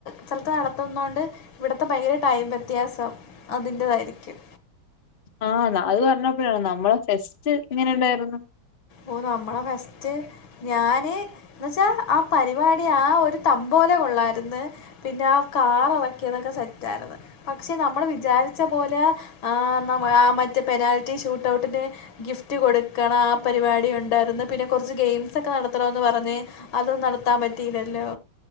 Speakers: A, on the left; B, on the left.
A: സ്ഥലത്ത് നടത്തുന്നോണ്ട് ഇവിട്ത്തെ ഭയങ്കര ടൈം വ്യത്യാസം അതിന്റതായിരിക്കും
B: ആഹ് ന്ന അത് പറഞ്ഞപ്പൊഴാ നമ്മ്ടെ ഫെസ്റ്റ് എങ്ങനുണ്ടായിര്ന്നു
A: ഓഹ് നമ്മടെ ഫസ്റ്റ് ഞാന് എന്ന്വച്ചാ ആഹ് പര്പാടി ആഹ് ഒര് തമ്പോലെ ഒള്ളായിര്ന്ന് പിന്നെ ആഹ് കാറ് എളക്കിയതൊക്കെ സെറ്റായിര്ന്ന് പക്ഷെ നമ്മള് വിജാരിച്ച പോലേ ആഹ് ന്ന ആ മറ്റെ പെനാൽറ്റി ഷൂട്ടൗട്ടിന് ഗിഫ്റ്റ് കൊട്ക്കണം പരിപാടി ഉണ്ടാര്ന്ന് പിന്നെ കൊറച്ച് ഗെയിംസൊക്കെ നടത്തണംന്ന് പറഞ്ഞ് അതും നടത്താൻ പറ്റീലല്ലൊ